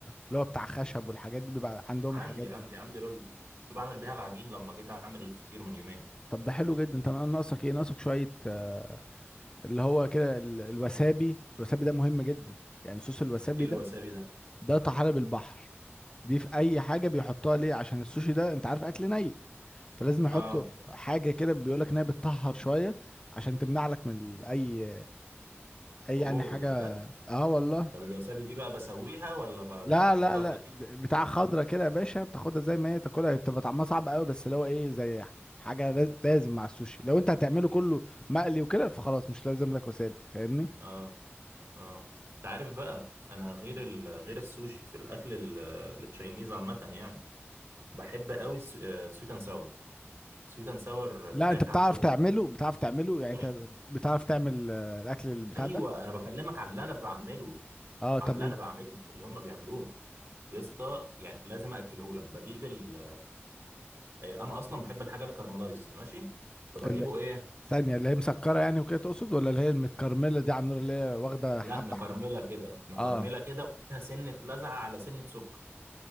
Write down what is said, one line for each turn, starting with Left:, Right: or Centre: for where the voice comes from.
Left: اللي هو بتاع خشب والحاجات دي بيبقى عندهم
Right: عندي
Left: الحاجات دي
Right: عندي عندي رولا كنت بعمل بيها العجين لما جيت اعمل الفطير من يومين
Left: طب ده حلو جدا انت ناقصك ايه ناقصك شويه آه، اللي هو كده ال- الوسابي الوسابي ده مهم جدا يعني صوص الوسابي
Right: ايه الوسابي
Left: ده
Right: ده
Left: ده طحالب البحر دي في اي حاجه بيحطوها ليه عشان السوشي ده انت عارف اكل ني فلازم يحطوا
Right: اه
Left: حاجه كده بيقولك انها بتطهر شويه عشان تمنع لك من ال- اي اي
Right: اوه
Left: يعني حاجه
Right: ده بجد
Left: اه والله
Right: طب الوسابي دي بقى بسويها ولا بج-
Left: لا
Right: بحطها
Left: لا لا
Right: في الاكل
Left: بتاع خضرة كده يا باشا بتاخدها زي ما هي تاكلها هي بتبقى طعمها صعب قوي بس اللي هو ايه زي حاجة لاز- لازم مع السوشي لو انت هتعمله كله مقلي وكده فخلاص مش لازم لك وسابي فاهمني
Right: اه اه انت عارف بقى انا غير ال... غير السوشي في الاكل ال- التشاينيز عامه يعني بحب قوي سويت اند ساور سويت اند ساور
Left: لا
Right: فراخ
Left: انت بتعرف
Right: عندهم
Left: تعمله بتعرف تعمله يعني
Right: تحفه
Left: انت بتعرف تعمل آه، الاكل البتاع
Right: ايوه
Left: ده
Right: انا بكلمك على اللي انا بعمله
Left: اه طب
Right: على اللي
Left: ال-
Right: انا بعمله مش اللي هم بيعملوه يا اسطى يعني لازم اكله لك بجيب ال... آه، انا اصلا بحب الحاجه الكارملايز ماشي فبجيبه
Left: ال-
Right: ايه
Left: ثانية اللي هي مسكرة يعني وكده تقصد ولا اللي هي المتكرملة دي على النار اللي هي واخدة حبة
Right: لا مكرمله
Left: حلو
Right: كده مكرمله
Left: اه
Right: كده وفيها سنه لزعه على سنه سكر